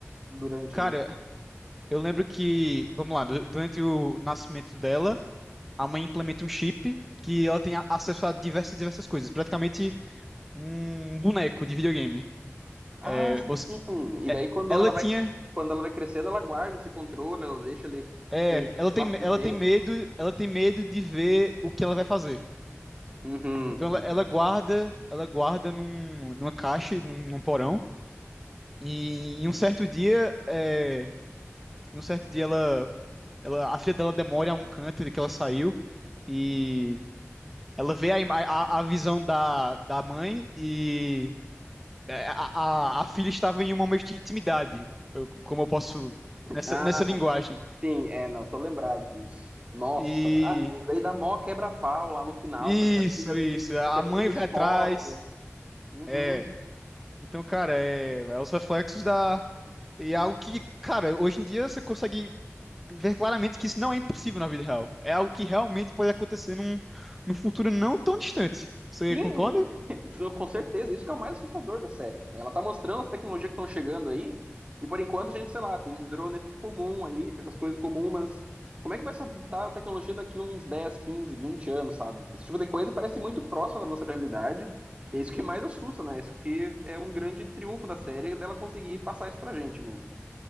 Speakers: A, on the right (about 25°); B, in the centre.
A: durante
B: cara,
A: ali?
B: eu lembro que, vamos lá, du- durante o nascimento dela, a mãe implementa um chip que ela tem a- acesso a diversas diversas coisas, praticamente um boneco de videogame.
A: Ah,
B: É,
A: sim.
B: você,
A: E
B: é,
A: daí quando
B: ela
A: ela vai,
B: tinha
A: quando ela vai crescendo, ela guarda esse controle, ela deixa ele
B: É,
A: perdido
B: ela
A: lá
B: tem,
A: por
B: ela
A: um tempo.
B: tem medo, ela tem medo de ver o que ela vai fazer.
A: Uhum,
B: Então ela,
A: uhum.
B: ela guarda, ela guarda num, numa caixa, num, num porão. E em um certo dia, é, em um certo dia ela, ela, a filha dela demora em algum canto de que ela saiu e ela vê a, ima- a, a visão da, da mãe e é, a, a, a filha estava em um momento de intimidade, eu- como eu posso nessa,
A: Ah,
B: nessa linguagem.
A: sim, é, não, tô lembrado disso. Nossa,
B: E
A: ah, sim, daí dá mó quebra-pau lá no final,
B: isso,
A: porque a filha,
B: isso. A
A: porque a
B: mãe
A: filha descobre.
B: vai atrás.
A: Uhum.
B: É. Então, cara, é, é os reflexos da. E é algo que, cara, hoje em dia você consegue ver claramente que isso não é impossível na vida real. É algo que realmente pode acontecer num, num futuro não tão distante. Você
A: Sim,
B: concorda?
A: <laughs> com certeza. Isso que é o mais assustador da série. Ela tá mostrando as tecnologias que estão chegando aí, e por enquanto a gente, sei lá, tem drone comum aí, tem essas coisas comuns, mas como é que vai estar a tecnologia daqui uns 10 15 20 anos, sabe? Esse tipo de coisa parece muito próximo da nossa realidade. É isso que mais assusta, né? Isso que é um grande triunfo da série, dela conseguir passar isso pra gente mesmo.